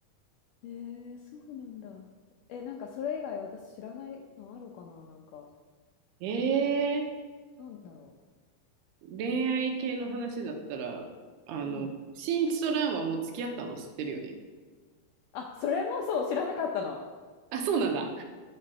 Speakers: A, on the left; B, on the right.
A: えー、そうなんだ。え、なんかそれ以外私知らないのあるかななんか、
B: えー、
A: なんだろ
B: 恋愛系の話だったら、あの、
A: う。うん。
B: 新一と蘭はもう付き合ったの知ってるよね。
A: あ、それもそう、知らなかったの。
B: あ、そうなんだ。